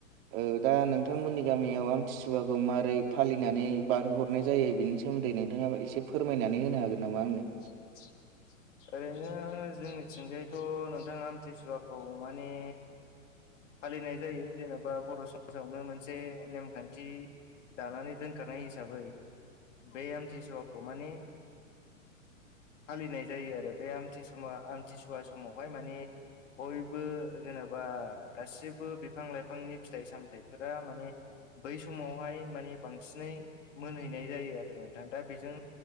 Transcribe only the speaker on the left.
<inaudible> ओरैनो जोंनिथिंजायथ' नोंथाङा आमथिसुवाखौ माने। फालिनाय जायो जेन'बा बर' समाजावनो मोनसे नेमखान्थि दानानै दोनखानाय हिसाबै बे आमथिसुवाखौ माने फालिनाय जायो आरो बे आमथिसुवा आमथिसुवा समावहाय माने बयबो जेनेबा गासिबो बिफां लाइफांनि फिथाइ सामथाइफोरा माने बै समावहाय माने बांसिनै मोनहैनाय जायो आरो नोंथां दा बेजों